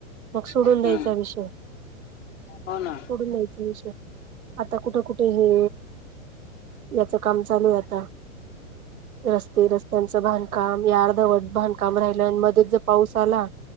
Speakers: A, on the right; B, on the left.
A: मग सोडून
B: हम्म
A: द्यायचा विषय
B: हो ना
A: सोडून द्यायचा विषय आता कुठं कुठे हे याच चालू ये आता. रस्ते, रस्त्यांच बांधकाम, यार्धवड बांधकाम राहिलं मध्येच जर पाऊस आला